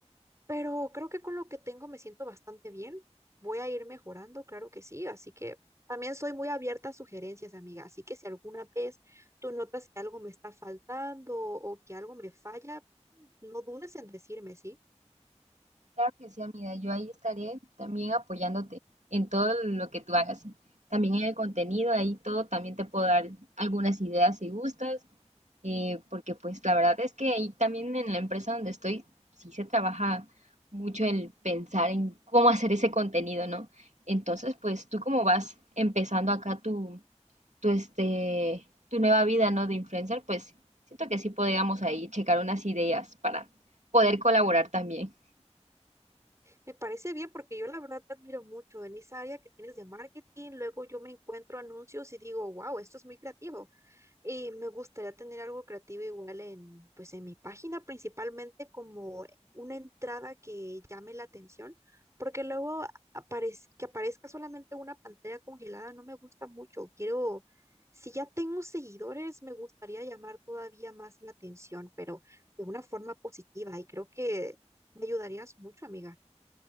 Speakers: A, on the right (about 25°); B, on the right (about 85°).
A: pero creo que con lo que tengo me siento bastante bien. Voy a ir mejorando, claro que sí. Así que también soy muy abierta a sugerencias, amiga. Así que si alguna vez tú notas que algo me está faltando o que algo me falla, no dudes en decirme, ¿sí?
B: Claro que sí, amiga, yo ahí estaré también apoyándote en todo lo que tú hagas. También en el contenido, ahí todo, también te puedo dar algunas ideas si gustas eh, porque pues la verdad es que ahí también en la empresa donde estoy sí se trabaja mucho el pensar en cómo hacer ese contenido, ¿no? Entonces, pues tú como vas empezando acá tu, tu, este, tu nueva vida, ¿no? De influencer, pues siento que sí podríamos ahí checar unas ideas para poder colaborar también.
A: Me parece bien porque yo la verdad te admiro mucho en esa área que tienes de marketing. Luego yo me encuentro anuncios y digo, wow, esto es muy creativo. Y me gustaría tener algo creativo igual en, pues en mi página, principalmente como una entrada que llame la atención, porque luego aparez- que aparezca solamente una pantalla congelada no me gusta mucho. Quiero, si ya tengo seguidores, me gustaría llamar todavía más la atención, pero de una forma positiva y creo que me ayudarías mucho, amiga.